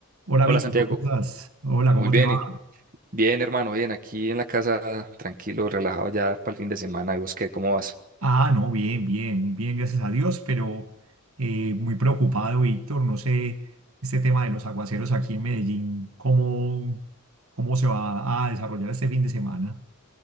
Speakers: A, on the right; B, on the right.
A: Hola Víctor,
B: Hola Santiago,
A: ¿cómo estás? Hola, ¿cómo
B: muy bien,
A: te va?
B: y- bien hermano, bien, aquí en la casa, tranquilo, relajado ya para el fin de semana, ¿y vos qué, cómo vas?
A: Ah, no, bien, bien, muy bien, gracias a Dios, pero eh, muy preocupado, Víctor. No sé, este tema de los aguaceros aquí en Medellín, ¿cómo, cómo se va a desarrollar este fin de semana?